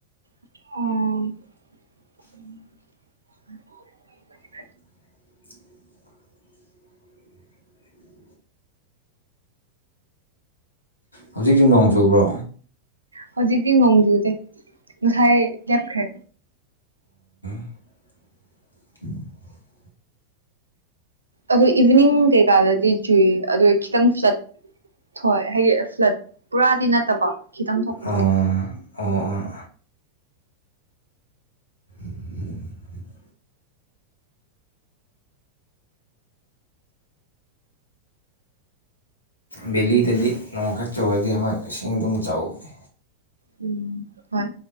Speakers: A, on the right; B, on the left.
A: ꯑꯣ
B: <unintelligible> <inaudible> ꯍꯧꯖꯤꯛꯁꯨ ꯅꯣꯡ ꯆꯨꯕ꯭ꯔꯣ
A: ꯍꯧꯖꯤꯛꯇꯤ ꯅꯣꯡꯖꯨꯗꯦ ꯉꯁꯥꯏ ꯂꯦꯞꯈ꯭ꯔꯦ꯫
B: <inaudible>
A: ꯑꯗꯣ ꯏꯚꯤꯅꯤꯡ ꯀꯩꯀꯥꯗꯗꯤ ꯆꯨꯏ ꯑꯗꯣ ꯈꯤꯇꯪꯠ ꯍꯣꯏ ꯍꯥꯏꯗꯤ ꯐ꯭ꯂꯠ ꯄꯨꯔꯥꯗꯤ ꯅꯠꯇꯕ ꯈꯤꯇꯪ ꯊꯣꯛꯄꯗꯣ
B: ꯑꯣ ꯑꯣ ꯑꯣ <unintelligible> ꯕꯦꯂꯤꯗꯗꯤ ꯅꯣꯡ ꯈꯔ ꯆꯔꯗꯤ ꯍꯣꯏ ꯏꯁꯤꯡ ꯑꯗꯨꯝ ꯆꯥꯎꯕꯅꯤ
A: ꯎꯝ ꯍꯣꯏ